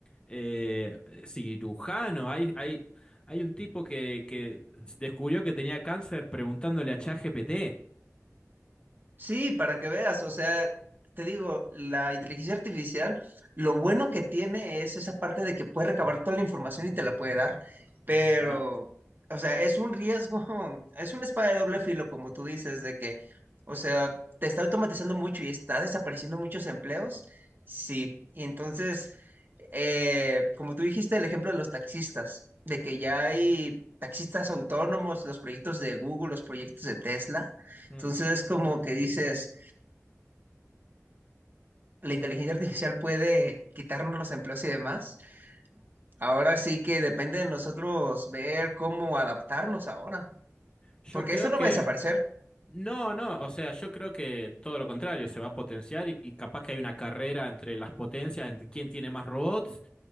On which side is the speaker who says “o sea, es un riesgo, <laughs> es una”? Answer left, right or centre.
Right